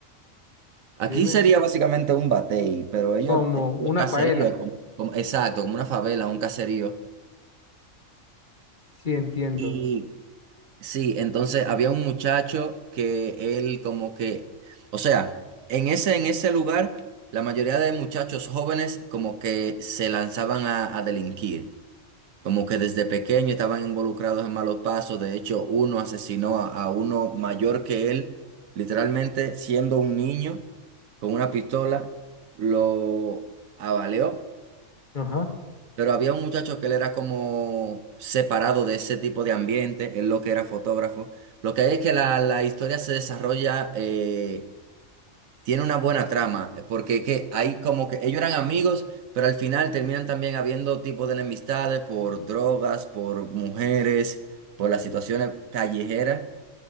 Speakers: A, on the right (about 90°); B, on the left (about 40°).
A: Aquí
B: Dime,
A: sería básicamente un batey, pero ellos,
B: como
A: eh, los
B: una
A: caseríos,
B: faela.
A: como- como- exacto, como una favela, un caserío.
B: Sí, entiendo.
A: Y Sí, entonces había un muchacho que él como que, o sea, en ese, en ese lugar, la mayoría de muchachos jóvenes como que se lanzaban a, a delinquir, como que desde pequeño estaban involucrados en malos pasos, de hecho uno asesinó a, a uno mayor que él, literalmente siendo un niño con una pistola, lo avaleó
B: Ajá.
A: pero había un muchacho que él era como separado de ese tipo de ambiente, él lo que era fotógrafo. Lo que hay es que la, la historia se desarrolla, eh, tiene una buena trama, eh, porque es que hay como que ellos eran amigos, pero al final terminan también habiendo tipo de enemistades por drogas, por mujeres, por las situaciones callejeras.